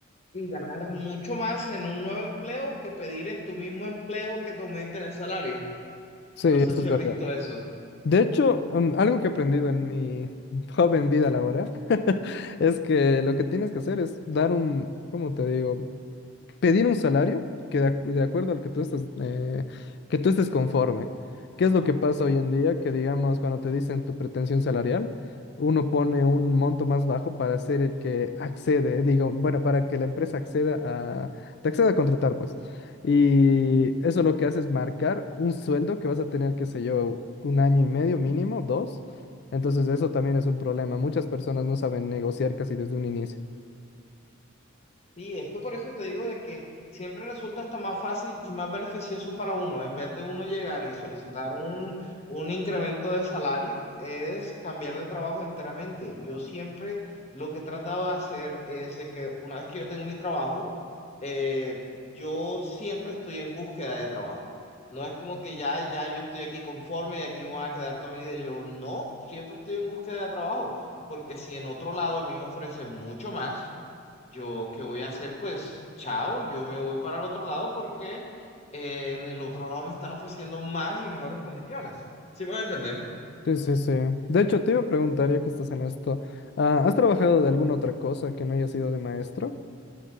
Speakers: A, on the left; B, on the left.
A: y ganar mucho más en un nuevo empleo que pedir en tu mismo empleo que te aumenten el salario.
B: Sí,
A: No sé
B: eso
A: si
B: es
A: has
B: verdad.
A: visto eso.
B: De hecho, mm, algo que he aprendido en mi <laughs> joven vida laboral <laughs> es que lo que tienes que hacer es dar un, ¿cómo te digo? pedir un salario que de, acu- de acuerdo al que tú estás, eh, que tú estés conforme. ¿Qué es lo que pasa hoy en día? Que digamos, cuando te dicen tu pretensión salarial, uno pone un monto más bajo para ser el que accede, digo, bueno, para que la empresa acceda a, te acceda a contratar, pues. Y eso lo que hace es marcar un sueldo que vas a tener, qué sé yo, un año y medio mínimo, dos. Entonces eso también es un problema. Muchas personas no saben negociar casi desde un inicio.
A: Sí, es que por eso te digo de que siempre resulta hasta más fácil y más beneficioso para uno, en vez de uno llegar y solicitar un, un incremento de salario, es cambiar de trabajo enteramente. Yo siempre lo que he tratado de hacer es de que una vez que yo tengo mi trabajo, eh, yo siempre estoy en búsqueda de trabajo. No es como que ya, ya yo estoy aquí conforme y aquí me voy a quedar toda mi vida. Yo no, siempre estoy en búsqueda de trabajo, porque si en otro lado a mí me ofrecen mucho más. Yo, ¿qué voy a hacer? Pues, chao, yo me voy para el otro lado porque eh, en el otro lado me están ofreciendo más y mejores condiciones. ¿Sí me va a entender?
B: Sí, sí, sí. De hecho, te iba a preguntar, ya que estás en esto, ah, ¿has trabajado de alguna otra cosa que no haya sido de maestro?